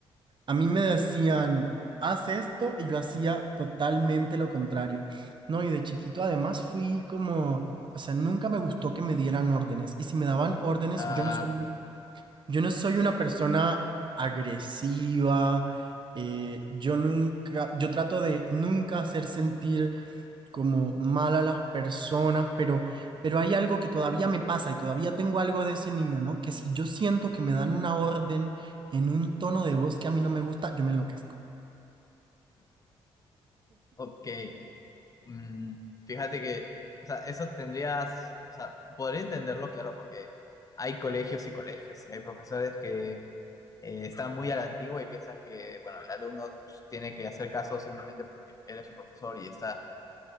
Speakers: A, on the right; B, on the left.
A: a mí me decían, haz esto y yo hacía totalmente lo contrario, ¿no? Y de chiquito además fui como, o sea, nunca me gustó que me dieran órdenes y si me daban órdenes,
B: Ah,
A: yo no sé Yo no soy una persona agresiva, eh, yo nunca, yo trato de nunca hacer sentir como mal a las personas, pero, pero hay algo que todavía me pasa y todavía tengo algo de ese niño, ¿no? Que si yo siento que me dan una orden en un tono de voz que a mí no me gusta, yo me enloquezco.
B: ok. mm, fíjate que, o sea, eso tendrías, o sea, podría entenderlo, claro, porque hay colegios y colegios, y hay profesores que eh, están muy a la antigua y piensan que, bueno, el alumno pues, tiene que hacer caso simplemente porque él es el profesor y está,